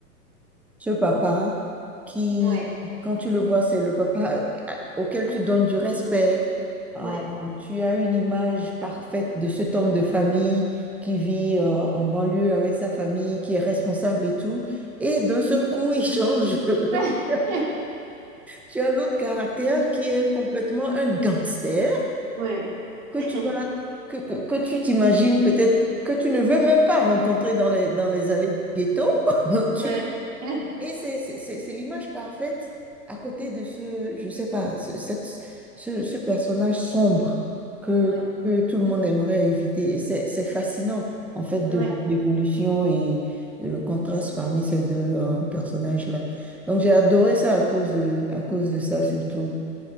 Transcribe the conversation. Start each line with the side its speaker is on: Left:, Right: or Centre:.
Centre: Ce papa qui,
Right: Ouais,
Centre: quand tu le vois, c'est le papa euh, auquel tu donnes du respect. Ah,
Right: ouais,
Centre: tu as une image parfaite de cet homme de famille qui vit euh, en banlieue avec sa famille, qui est responsable et tout. Et d'un seul coup, il change. <laughs>
Right: <laughs>
Centre: Tu as l'autre caractère qui est complètement un gangster
Right: ouais,
Centre: que
Right: <laughs>
Centre: tu vas, que, que, que tu t'imagines peut-être, que tu ne veux même pas rencontrer dans les, dans les allées du ghetto. <laughs>
Right: ouais, <laughs>
Centre: Et c'est c'est- c'est- c'est l'image parfaite à côté de ce, je sais pas, ce, cette- ce, ce personnage sombre que,
Right: ouais,
Centre: que tout le monde aimerait éviter. Et c'est c'est fascinant, en fait,
Right: ouais.
Centre: de voir l'évolution et le contraste parmi ces deux euh, personnages-là. Donc, j'ai adoré ça à cause de, à cause de ça, surtout.